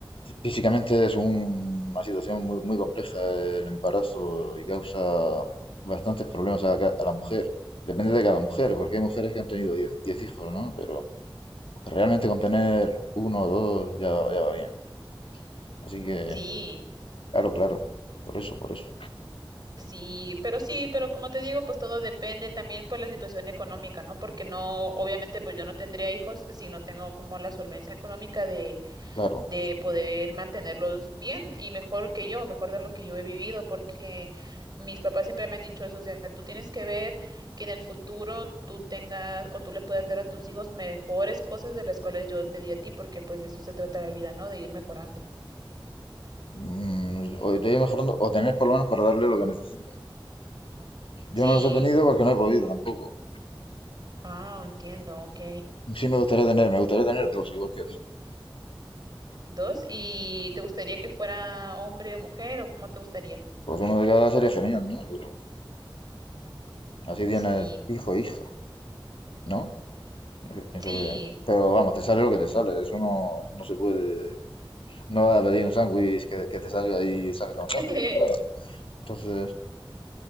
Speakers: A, on the left; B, on the right.
A: Físicamente es un- una situación muy, muy compleja el embarazo y causa bastantes problemas a, ca- a la mujer. Depende de cada mujer, porque hay mujeres que han tenido 10 10 hijos, ¿no? Pero realmente con tener uno o dos ya, ya va bien. Así que
B: Sí.
A: Claro, claro, por eso, por eso.
B: Sí, pero sí, pero como te digo, pues todo depende también por la situación económica, ¿no? Porque no, obviamente, pues yo no tendría hijos si no tengo como la solvencia económica de,
A: Claro.
B: de poder mantenerlos bien y mejor que yo, mejor de lo que yo he vivido, porque mis papás siempre me han dicho eso, o sea, tú tienes que ver que en el futuro tú tengas o tú le puedas dar a tus hijos mejores cosas de las cuales yo te di a ti, porque pues de eso se trata la vida, ¿no? De ir mejorando.
A: Mm, o te voy mejorando, o tener por lo menos para darle lo que necesiten.
B: Sí.
A: Yo no los he tenido porque no he podido tampoco.
B: Ah, entiendo, ok.
A: Sí me gustaría tener, me gustaría tener dos, igual que a ti.
B: Dos. ¿Y te gustaría que fuera hombre o mujer o cómo te gustaría?
A: Pues uno de cada sería genial, ¿no? Pero así tienes
B: Sí,
A: hijo e hija, ¿no? Yo cre- pienso
B: sí,
A: que... Pero vamos, te sale lo que te sale, eso no, no se puede... No vas a pedir un sándwich que, que te salga y salga un sándwich,
B: <laughs>
A: claro. Entonces,